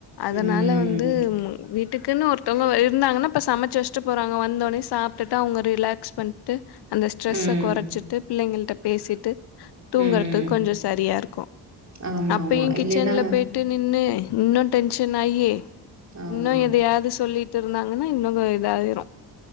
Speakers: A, on the left; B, on the right.
A: அதனால
B: ம்,
A: வந்து ம் வீ டுக்குன்னு ஒருத்தௌங்க ஒ இருந்தாங்கனா பா சமச்சு வெச்சுட்டு போறாங்க வந்தோனே சாப் ட்ட அவுங்க ரிலாக்ஸ் பண்ட்டு அந்த ஸ்ட்ரெஸ்ச
B: ம்,
A: குறச்சிட்டு பிள்ளங்கள்ட்ட பேசிட்டு தூங்குறதுக்கு
B: ம்.
A: கொஞ்சம் சரியா இருக்கும்
B: ஆமா,
A: அப்பயும்
B: ஆமா.
A: கிச்சன்ல
B: இல்லைன்னா
A: போயிட்டு நின்னு இன்னும் டென்ஷன் ஆயி
B: ஆமா.
A: இன்னும் எதையாவது சொல்லிட்டு விட்டு இருந்தாங்கன்னா இன்னும் இதாயிடும்